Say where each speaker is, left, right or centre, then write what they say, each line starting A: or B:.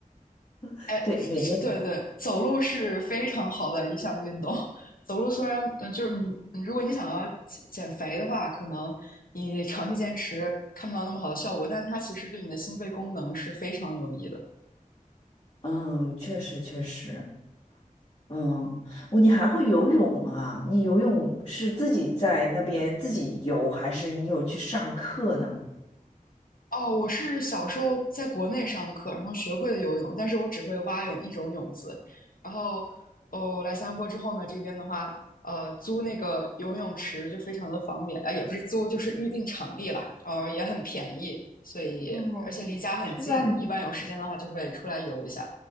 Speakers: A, on the left; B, on the left.
A: <laughs>
B: 哎，
A: 对，
B: 是，
A: 每天，
B: 对对，走路是非常好的一项运动。<laughs> 走路虽然，嗯，就是你，你如果你想要减减肥的话，可能你长期坚持看不到那么好的效果，但是它其实对你的心肺功能是非常有益的。
A: 嗯，确实确实，嗯，我你还会游泳啊？你游泳是自己在那边自己游，还是你有去上课呢？
B: 哦，我是小时候在国内上课，然后学会了游泳，但是我只会蛙泳一种泳姿。然后，哦，来新加坡之后呢，这边的话，呃，租那个游泳池就非常的方便，啊，也不是租，就是预定场地了，然后也很便宜，所以而且离家很近，
A: 哦，是在你
B: 一般有时间的话就会出来游一下。